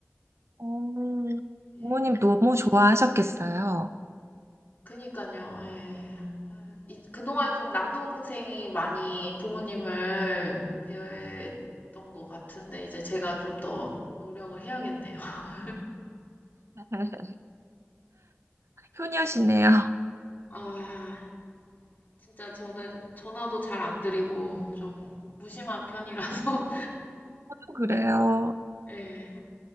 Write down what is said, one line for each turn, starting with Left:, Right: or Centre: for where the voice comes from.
Right: 음,
Left: 예,
Right: 부모님
Left: 예.
Right: 너무 좋아하셨겠어요.
Left: 그니까요. 예. 아, 이- 그동안 좀 남동생이 많이 부모님을 배려했던 것 같은데 이제 제가 좀 더 노력을 해야겠네요. <laughs>
Right: <laughs> 효녀시네요.
Left: 아, 진짜 저는 전화도 잘 안 드리고 좀 무심한 편이라서
Right: <laughs> 그래요.
Left: <laughs> 예.